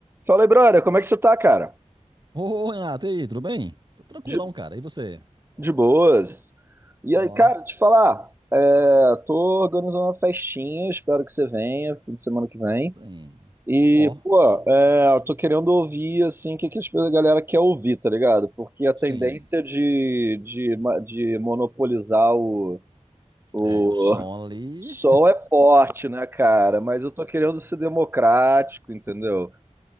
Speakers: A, on the right; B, on the right.
A: Fala aí, brother, como é que você tá, cara?
B: Ô, Renato, e aí, tudo bem? Tô tranquilão,
A: De,
B: cara. E você?
A: de boas. E
B: Ó,
A: aí, cara, te falar, é, tô organizando uma festinha, espero que você venha, fim de semana que vem.
B: sim.
A: E,
B: Ó,
A: pô, é, eu tô querendo ouvir, assim, o que, que as- a galera quer ouvir, tá ligado? Porque a
B: sim.
A: tendência de, de, ma- de monopolizar o, o
B: É, o som ali,
A: <laughs> som é forte, né, cara? Mas eu tô querendo ser democrático, entendeu?